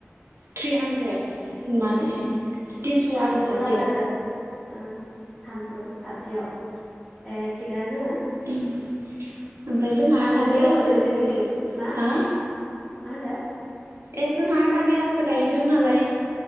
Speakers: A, on the right; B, in the centre.
A: थ्रि हान्द्रेद माने तिनस'
B: थामजौ
A: आरो सासेयाव
B: रां आरो ओ थामजौ सासेयाव ए थिगानो
A: उम ओमफ्राय जोंहा
B: माजों
A: आधा बेलासो
B: एवो नोंसोरनिथिं मा
A: हा
B: मा होनदो?
A: ए जोंहा आधा बेलासो गायहोदों नालाय।